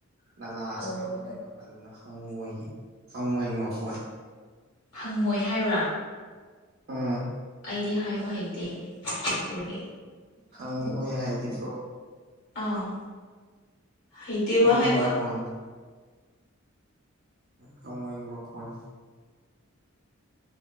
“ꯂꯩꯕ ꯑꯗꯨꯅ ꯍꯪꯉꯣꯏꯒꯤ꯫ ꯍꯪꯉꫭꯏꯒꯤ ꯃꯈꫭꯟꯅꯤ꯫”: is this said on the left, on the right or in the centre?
Right